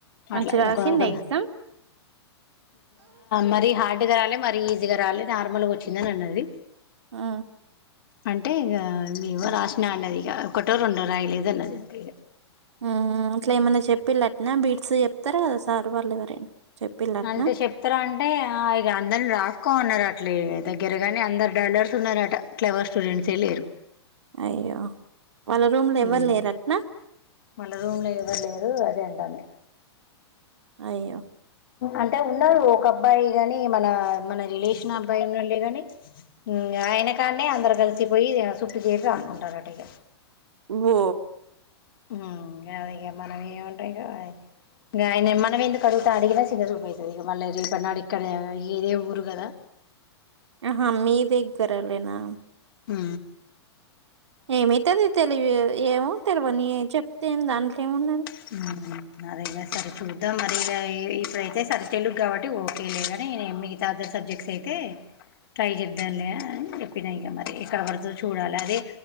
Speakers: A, on the right; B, on the left.
A: మంచి
B: అట్లా
A: రాసిందా
B: ఒక ఒక
A: ఎగ్జామ్
B: మరీ హార్డ్ గా రాలే మరీ ఈజీగా రాలే నార్మల్ గా వచ్చి తిన్నదండి అది
A: ఆ
B: అంటే ఇగ ఏమో రాసినా అన్నది ఇగ ఒకటో రెండో రాయలేదు అన్నదంతే
A: ఊ ఇట్లా ఏమన్నా చెప్పి రటన బీట్స్ చెప్తరు గదా సార్ వాళ్ళు ఎవరైనా చెప్పిళ్ళట్నా
B: అంటే చెప్తార అంటే ఆ ఇగ అందరిని రాసుకో అన్నరట అట్లే దగ్గర గాని అందరు డల్లర్స్ ఉన్నరట క్లవర్స్ స్టూడెంట్సే లేరు
A: అయ్యో వాళ్ళ రూమ్ లో ఎవ్వరు
B: మ్మ్
A: లేరట్నా
B: వాళ్ళ రూమ్ లో ఎవరు లేరు అదే
A: అయ్యో
B: అంటే ఉన్నారు ఒక అబ్బాయి గాని మన మన రిలేషన్ అబ్బాయి ఉన్నడులే గాని హూమ్ ఆయన కానే అందరు కలిసిపోయి చుట్టు చేరి రాసుకున్నరటా ఇగ
A: ఓ
B: ఊ అదే ఇగ మనం ఏమంటాం ఇగ ఆయనే మనమే ఎందుకు అడుగుత అడిగినా చిన్నచూపు అయితది ఇగ మళ్ళ రేపడినాడు ఇక్కడ ఇదే ఊరు గదా
A: ఆహా మీ దగ్గరోల్లేనా
B: ఉ
A: ఏమైతది తెలివి ఏమో తెలివని చెప్ తే దాంట్లో
B: హు
A: ఏమున్నది
B: అదే కదా సరే చూద్దాం మరి ఇ ఇప్పుడైతే సరే తెలుగు కాబట్టి ఓకేలేగాని నే మిగతా అదర్ సబ్జెక్ట్స్ అయితే ట్రై చేద్దాంలే అని చెప్పినా ఇక మరి ఎక్కడ పడుతుందో చూడాలి అదే